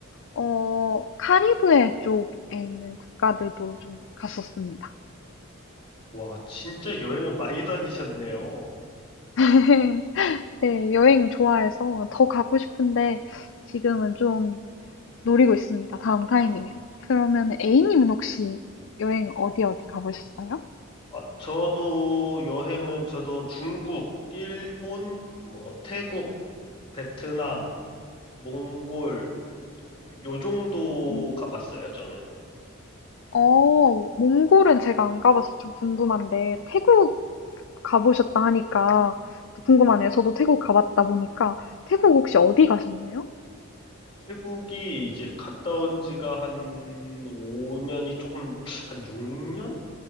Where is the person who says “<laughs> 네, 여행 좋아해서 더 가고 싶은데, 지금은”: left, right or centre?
Left